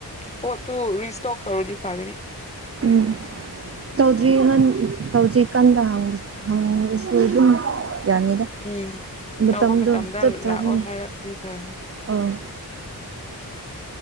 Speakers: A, on the left; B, on the right.
A: ꯄꯣꯠꯇꯨ ꯔꯤꯏꯁꯇꯣꯛ ꯇꯧꯔꯗꯤ ꯐꯒꯅꯤ
B: ꯎꯝ ꯇꯧꯗ꯭ꯔꯤ ꯉꯟ ꯇꯧꯗ꯭ꯔꯤ ꯀꯟꯗ ꯍꯪ ꯍꯪꯁꯤ ꯑꯗꯨꯝ ꯌꯥꯅꯤꯗ
A: ꯎꯝ
B: ꯃꯇꯝꯗꯣ
A: ꯇꯧꯕ ꯃꯇꯝꯗ
B: ꯆꯞ ꯆꯥꯒꯅꯤ
A: ꯂꯥꯛꯑꯣ ꯍꯥꯏꯔꯛꯄꯗꯤ ꯐꯅꯤ
B: ꯑꯥ